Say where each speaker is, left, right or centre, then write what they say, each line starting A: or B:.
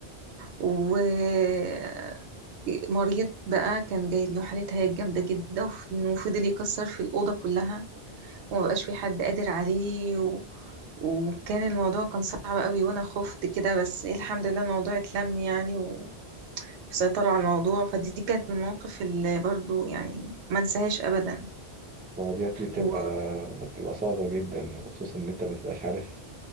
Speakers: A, on the right; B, on the right.
A: ومريض بقى كان جاي له حاله هياج جامده جدا وف- وفضل يكسر في الاوضه كلها ومبقاش في حد قادر عليه و... وكان الموضوع كان صعب قوي وانا خفت كده بس إيه الحمد لله الموضوع اتلم يعني و... وسيطروا على الموضوع فدي كانت من المواقف اللي برضو يعني ما انساهاش ابدا
B: المواضيع دي بتبقى
A: و...
B: بتبقى صعبة جدا وخصوصا ان انت ما تبقاش عارف